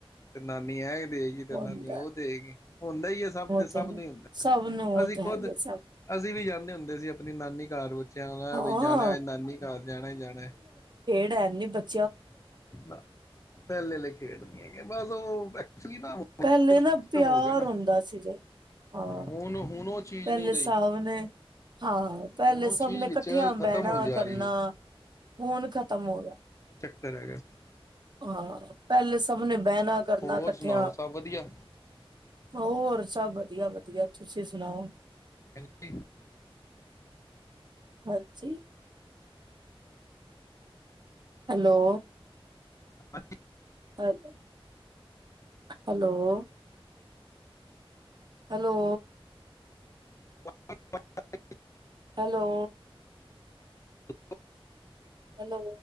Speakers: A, on the left; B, on the right.
A: ਤੇ ਨਾਨੀ ਹੈ ਦੇਗੀ ਤੇ
B: ਹੁੰਦਾ
A: ਨਾਨੀ ਉਹ ਦੇਗੀ ਹੁੰਦਾ ਈ ਹੈ ਸਭ
B: ਉਹ
A: ਸਭ
B: ਤੇ ਹੈ
A: ਦਾ ਹੁੰਦਾ
B: ਸਭ ਨੂੰ ਉਹ
A: ਅਸੀਂ
B: ਤਾਂ
A: ਖੁੱਦ
B: ਹੈਗੇ ਸਭ
A: ਅਸੀਂ ਵੀ ਜਾਂਦੇ ਹੁੰਦੇ ਸੀ ਆਪਣੀ ਨਾਨੀ ਇੰਨੀ ਕਾਰਵਾਈ। ਜਾਣਾ
B: ਹਾਂ
A: ਬਈ ਜਾਣਾ ਅੱਜ ਨਾਨੀ ਘਰ ਜਾਣਾ ਹੀ ਜਾਣਾ।
B: ਹੈਨੀ ਨੀ ਬੱਚੇ।
A: ਨਾ ਪਹਿਲੇ ਆਲ਼ੇ ਖੇਡ ਨੀ ਹੈਗੇ ਬਸ ਉਹ ਐਕਚੁਅਲੀ ਨਾ
B: ਪਹਿਲੇ ਨਾ
A: ਖਤਮ
B: ਪਿਆਰ
A: ਹੋ ਗਏ ਨਾ
B: ਹੁੰਦਾ ਸੀ, ਜੀ ਹਾਂ
A: ਹੁਣ ਹੁਣ ਉਹ ਚੀਜ਼
B: ਪਹਿਲੇ
A: ਨਹੀਂ ਰਹੀ
B: ਸਭ ਨੇ ਹਾਂ ਪਹਿਲੇ
A: ਹੁਣ ਉਹ
B: ਸਭ
A: ਚੀਜ਼
B: ਨੇ ਇਕੱਠਿਆਂ
A: ਵਿੱਚ
B: ਬਹਿਣਾ
A: ਖਤਮ ਹੁੰਦੀ ਜਾ
B: ਕਰਨਾ
A: ਰਹੀ
B: ਹੁਣ ਖਤਮ ਹੋ ਗਿਆ।
A: ਸਰ ਹੈਗਾ।
B: ਹਾਂ ਪਹਿਲੇ ਸਭ ਨੇ ਬਹਿਣਾ ਕਰਨਾ
A: ਹੋਰ
B: ਇਕੱਠਿਆਂ
A: ਸੁਣਾਓ ਸਭ ਵਧੀਆ
B: ਹੋਰ ਸਭ ਵਧੀਆ-ਵਧੀਆ, ਤੁਸੀਂ ਸੁਣਾਓ?
A: ਹੈਪੀ।
B: ਹਾਂਜੀ। ਹੈਲੋ।
A: ਅੱ
B: ਹਾਂਜੀ, hello. Hello,
A: <unintelligible>
B: hello,
A: hello,
B: hello,